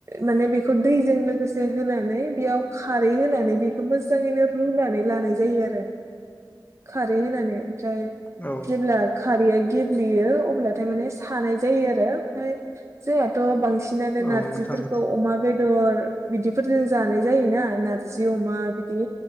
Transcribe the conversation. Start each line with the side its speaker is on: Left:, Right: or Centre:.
Right: माने बेखौ दैजों लोगोसे होनानै बेयाव खारै होनानै बे खौ मोजाङैनो रुनानै लानाय जायो आरो खारै होनानै ओमफ्राय
Left: औ
Right: जेब्ला खारैया गेब्लेयो अब्लाथाय माने सानाय जायो आरो ओमफ्राय जोंहाथ' बांसिनानो
Left: औ
Right: नारजिफोरखौ
Left: नोंथां
Right: अमा बेदर बिदिफोरजों जानाय जायोना नारजि अमा बिदि